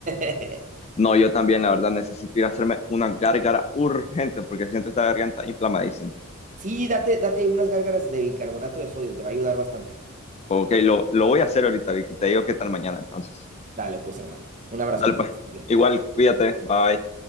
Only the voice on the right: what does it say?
<laughs>
Sí, date, date unas gárgaras de bicarbonato de sodio, te va a ayudar bastante.
Dale, pues, hermano. Un abrazote,
que estés bien.